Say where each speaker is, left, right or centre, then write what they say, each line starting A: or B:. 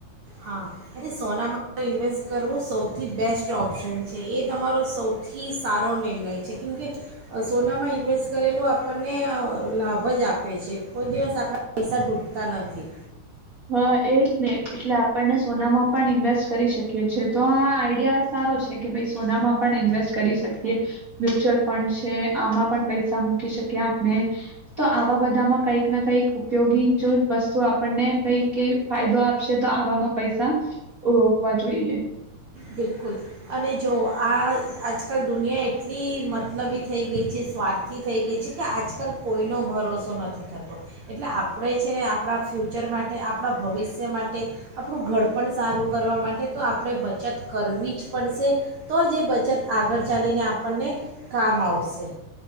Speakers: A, on the right; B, on the right.
A: હા અરે સોનામાં ઇન્વેસ્ટ કરવું સૌથી બેસ્ટ ઓપ્શન છે એ તમારો સૌથી સારો નિર્ણય છે કેમકે સોનામાં ઇન્વેસ્ટ કરેલું આપણને લાભ જ આપે છે કોઈ દિવસ આપણા પૈસા ડૂબતા નથી.
B: હા એજ ને એટલે આપણને સોનામાં પણ ઈન્વેસ્ટ કરી શકીએ છેએ તો આ આઈડિયા સારો છે કે ભાઈ સોનામાં પણ ઇન્વેસ્ટ કરી શકી. મ્યુચ્યુઅલ ફંડ છે આમાં પણ પૈસા મૂકી શકેયે ક્યા આપણે તો આવા બધામાં કઈક ના કઈક ઉપયોગી જો વસ્તુ આપણને કઈ કે ફાયદો આપશે તો આવામાં પૈસા રોકવા જોઈએ.
A: બિલકુલ અને જો આ આજકાલ દુનિયા એટલી મતલબી થઈ ગઈ છે સ્વાર્થી થઈ ગઈ છે કે આજકાલ કોઈનો ભરોસો નથી થતો એટલે આપણે છે ને આપણા ફ્યુચર માટે આપણા ભવિષ્ય માટે આપણું ઘડપણ સારું કરવા માટે તો આપણે બચત કરવી જ પડશે તો જે એ બચત આગળ ચાલીને આપણને કામ આવશે.